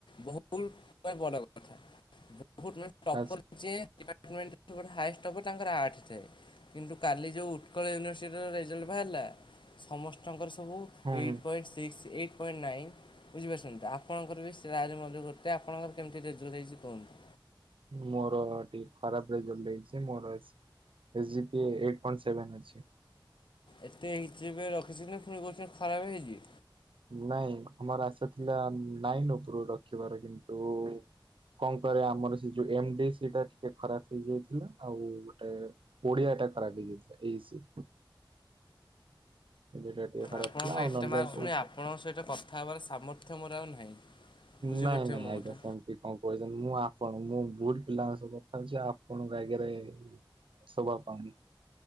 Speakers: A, on the left (about 65°); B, on the right (about 75°).
A: ବହୁତ ମାନେ ଭଲ କଥା। ବହୁତ୍ ମାନେ ଟପର୍
B: ଆଚ୍ଛା
A: ଯିଏ ଡିପାର୍ଟମେଣ୍ଟ ସବୁଠୁ ହାଏଷ୍ଟ ସବୁ ତାଙ୍କର ଆଠ ଯାଏ କିନ୍ତୁ କାଲି ଯେଉ ଉତ୍କଳ ୟୁନିଭର୍ସିଟିର ରେଜଲ୍ଟ ବାହାରିଲା ସମସ୍ତଙ୍କର ସବୁ
B: ହୁଁ
A: ଏଇଟ୍ ପଏଣ୍ଟ ସିକ୍ସ ଏଇ ନାଇ ବୁଝିପାରୁଛନ୍ତି ଆପଣଙ୍କର ବି ସାରେ ମଧ୍ୟ ଗୋଟେ ଆପଣଙ୍କର କେମିତି ରେଜଲ୍ଟ ହେଇଛି କୁହନ୍ତୁ?
B: ମୋର ଟିକେ ଖରାପ ରେଜଲ୍ଟ ହେଇଛି ମୋର ଅଛି S G P A eight point seven ଅଛି।
A: ଏତେ ହେଚ ପି ଏ ରଖିଛନ୍ତି ନା ଫୁଣି କହୁଛନ୍ତି ଖରାପ ହେଇଚି।
B: ନାଇଁ ଆମର ଆଶା ଥିଲା ନାଇନ ଉପରୁକୁ ରଖିବାର କିନ୍ତୁ କଣ କରିଆ ଆମର ସେ ଯୋଉ ଏମ ଡି ସି ଟା ସେଟା ଟିକେ ଖରାପ ହେଇଯାଇଥିଲା ଆଉ ଗୋଟେ ଓଡିଆ ଟା ଖରାପ ହୋଇଯାଇଥିଲା ଏ ଇ ସି। ଟା ଟିକେ ଖରାପ
A: ଆପଣଙ୍କ
B: ଥିଲା ଆଉ
A: ଏତେ
B: ନହେଲେ
A: ମାର୍କ
B: ସବ୍
A: ଶୁଣି ଆପଣଙ୍କ ସହିତ କଥା ହେବାର ସାମର୍ଥ୍ୟ ମୋର ଆଉ ନାହିଁ। ବୁଝିପାରୁଥିବେ
B: ନାଇଁ ନାଇଁ
A: ମୋ
B: ଆଜ୍ଞା
A: କଥା।
B: ସେମିତି କଣ କହୁଛନ୍ତି ମୁଁ ଆପଣଙ୍କୁ ମୁଁ ଗୁଡ ପିଲାଙ୍କ ସହ କଥା ହେଛି ଆପଣଙ୍କ ଆଗରେ ଶୋଭା ପାଉନି।